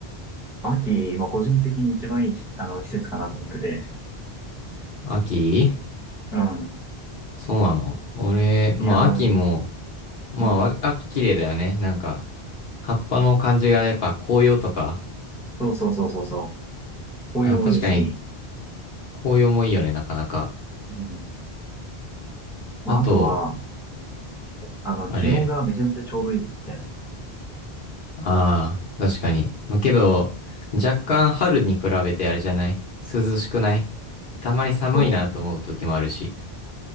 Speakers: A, in the centre; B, on the left.
A: 秋、まあ、個人的に一番いいし、あの、季節かなと思ってて。
B: 秋
A: うん。
B: そうなの。俺、
A: いやー、
B: まあ秋も、まあわ秋綺麗だよね。
A: うん。
B: なんか、葉っぱの感じがやっぱ紅葉とか、
A: そうそうそうそうそう。紅葉もいいし、
B: あ、確かに紅葉もいいよね、なかなか。
A: うん。まあ、
B: あと、
A: あとは、あの、
B: あれ、
A: 気温がめちゃめちゃちょうどいいんだよね。
B: ああ、確かに。まあけど、若干春に比べてあれじゃない涼しくないたまに寒いなと思う時もあるし。
A: そう。